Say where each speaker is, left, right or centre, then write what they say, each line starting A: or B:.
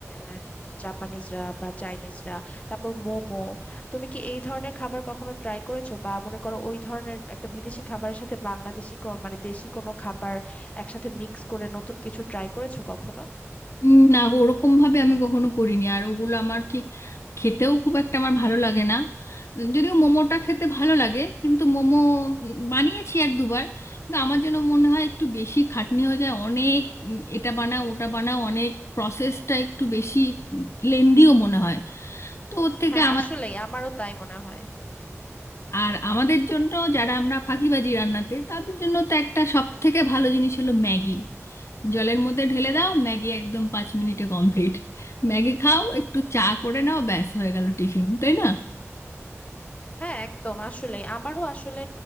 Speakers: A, on the left; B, on the left.
A: আহ, জাপানিজরা বা চাইনিজরা তারপর মোমো তুমি কি এই ধরনের খাবার কখনো ট্রাই করেছো বা মনে করো ওই ধরনের একটা বিদেশি খাবারের সাথে বাংলাদেশি কো- মানে দেশি কোনো খাবার একসাথে মিক্স করে নতুন কিছু ট্রাই করেছো কখনো
B: উম, না ওরকম ভাবে আমি কখনো করিনি আর ওগুলো আমার ঠিক খেতেও খুব একটা আমার ভালো লাগে না যদিও মোমোটা খেতে ভালো লাগে কিন্তু মোমো উম, বানিয়েছি এক দুবার কিন্তু আমার যেন মনে হয় একটু বেশি খাটনি হয়ে যায় অনেক উম, এটা বানাও ওটা বানাও অনেক প্রসেসটা একটু বেশি লেন্দিও মনে হয় তো ওর থেকে
A: হ্যাঁ
B: আমার
A: আসলেই আমারও তাই মনে হয়
B: আর আমাদের জন্য যারা আমরা ফাঁকিবাজি রান্নাতে তাদের জন্য তো একটা সব থেকে ভালো জিনিস হলো ম্যাগি জলের মধ্যে ঢেলে দাও ম্যাগি একদম পাঁচ মিনিটে কমপ্লিট ম্যাগি খাও একটু চা করে নাও ব্যাস হয়ে গেল টিফিন তাই না
A: হ্যাঁ একদম আসলে আমারও আসলে